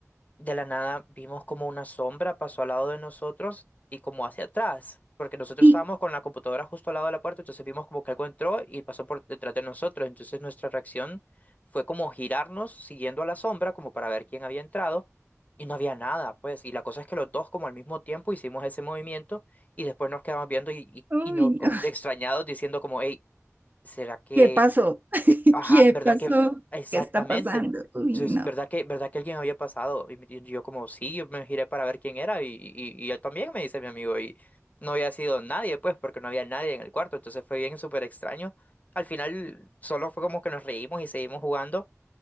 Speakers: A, on the left; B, on the right.
A: de la nada vimos como una sombra pasó al lado de nosotros y como hacia atrás, porque nosotros
B: sí.
A: estábamos con la computadora justo al lado de la puerta, entonces vimos como que algo entró y pasó por detrás de nosotros, entonces nuestra reacción fue como girarnos siguiendo a la sombra como para ver quién había entrado y no había nada, pues, y la cosa es que los dos como al mismo tiempo hicimos ese movimiento y después nos quedamos viendo y, y,
B: Uy,
A: y no, co-
B: no.
A: extrañados diciendo como, hey, ¿Será que,
B: ¿Qué pasó? <laughs>
A: que- ajá,
B: ¿Qué
A: verdad
B: pasó?
A: que, exactamente,
B: ¿Qué está pasando? Uy,
A: entonces,
B: no.
A: verdad que, verdad que alguien había pasado? Y, me- y yo como, sí, yo me giré para ver quién era y, y, y él también me dice mi amigo y no había sido nadie, pues, porque no había nadie en el cuarto, entonces fue bien súper extraño. Al final solo fue como que nos reímos y seguimos jugando,